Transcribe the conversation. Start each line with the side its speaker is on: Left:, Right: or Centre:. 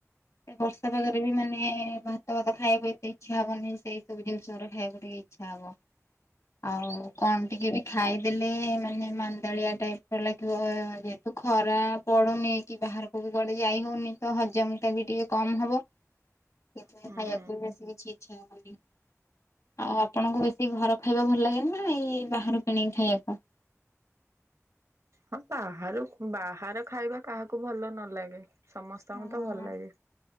Left: ସେ ବର୍ଷା ପାଗରେ ବି ମାନେ ଭାତ ଫାତ ଖାଇବାକୁ ଏତେ ଇଛା ହବନି ସେଇ ସବୁ ଜିନିଷ ଖାଇବାକୁ ଟିକେ ଇ ଇଛା ହବ ଆଉ କଣ ଟିକେ ବି ଖାଇଦେଲେ ମାନେ ମାନ୍ଦାଳିଆ ଟାଇପ୍ ଲାଗିବ ଯେହେତୁ ଖରା ପଡ଼ୁନି କି ବାହାର। କୁ ବି କୁଆଡ଼େ ଯାଇ ହଉନି ତ ହଜମ। ତେ ବି ଟିକେ କମ୍ ହବ ସେଥି ପାଇଁ
Right: ହୁଁ
Left: ଖାଇବାକୁ ବି ବେଶୀ କିଛି ଇଛା ହଉନି। ଆଉ ଆପଣଙ୍କୁ ବେଶୀ ଘର ଖାଇବା ଭଲ ଲାଗେ ନା ଏଇ ବାହାରୁ କିଣିକି ଖାଇବାକୁ
Right: ହଁ ବାହାରୁ ବାହାର ଖାଇବା କାହାକୁ ଭଲ ନ ଲାଗେ। ସମସ୍ତଙ୍କୁ
Left: ହଁ।
Right: ତ ଭଲ ଲାଗେ।